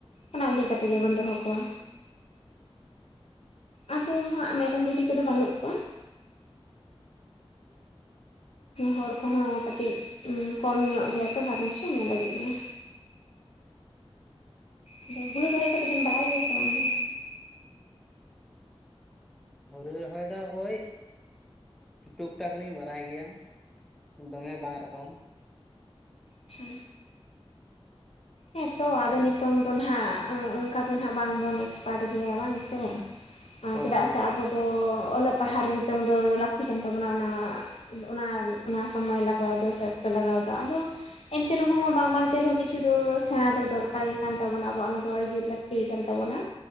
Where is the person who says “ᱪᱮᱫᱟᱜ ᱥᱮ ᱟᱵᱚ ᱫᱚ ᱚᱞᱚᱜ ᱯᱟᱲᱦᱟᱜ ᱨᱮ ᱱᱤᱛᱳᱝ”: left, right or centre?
Left